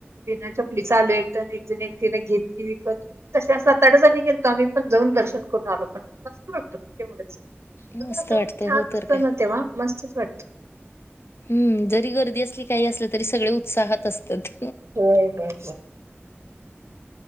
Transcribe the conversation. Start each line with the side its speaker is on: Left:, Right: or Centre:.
Right: बिना चपली चालू एक एक जण एकटिने घेतली विकत. तस सात आठ जनी गेले होतो आम्ही पण जाऊन दर्शन करून आलो पण मस्त वाटतं तेवढंच.
Left: मस्त
Right: वातावरण
Left: वाटतं
Right: छान
Left: हो तर
Right: असतं
Left: काय
Right: ना तेव्हा मस्तच वाटतं.
Left: हम्म जरी गर्दी असली काही असलं तरी सगळे उत्साहात असतात.
Right: हो होय हो.